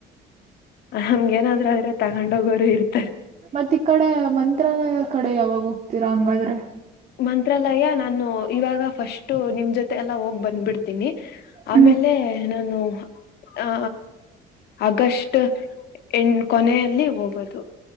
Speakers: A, on the left; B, on the right.
A: ಹ ಹಮ್ಗೆ ನಾದ್ರರು ಆದ್ರೆ ತಗೊಂಡ ಹೋಗೋರು ಇರ್ತ
B: ಮತ್ತ ಈ ಕಡೆ ಮಂತ್ರಾಲಯ ಕಡೆ ಯಾವಾಗ ಹೋಗ್ತೀರಾ ಹಂಗಾದ್ರೆ
A: ಮಂತ್ರಾಲಯ ನಾನು ಇವಾಗ ಫಸ್ಟ್ ನಿಮ್ ಜೊತೆ ಎಲ್ಲಾ ಹೋಗ್ ಬಂದ್ಬಿಡ್ತೀನಿ
B: ಹ್ಮ್
A: ಆಮೇಲೆ ನಾನು ಆ ಆಗಸ್ಟ್ ಎ ಕೊನೆಯಲ್ಲಿ ಹೋಗೋದು